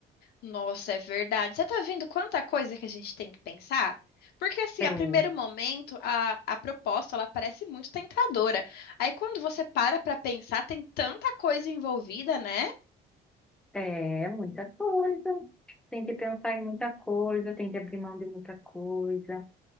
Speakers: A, on the left; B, in the centre.
A: Nossa, é verdade. Você tá vendo quanta coisa que a gente tem que pensar? Porque assim,
B: Então,
A: a primeiro momento, a, a proposta, ela parece muito tentadora. Aí quando você para pra pensar, tem tanta coisa envolvida, né?
B: é é muita coisa, tem que pensar em muita coisa, tem que abrir mão de muita coisa.